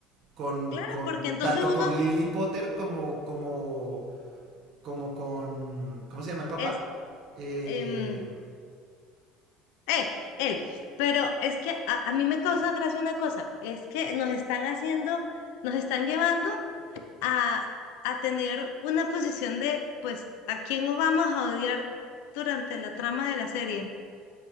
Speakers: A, on the right; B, on the left.
A: con,
B: Claro,
A: con
B: porque entonces
A: tanto
B: uno
A: con Lily Potter como, como, como con, ¿cómo se llama el papá?
B: es,
A: Eh,
B: em, eh, él. Pero es que a, a mí me causa gracia una cosa, es que nos están haciendo, nos están llevando a, a tener una posición de, pues, ¿a quién no vamos a odiar durante la trama de la serie?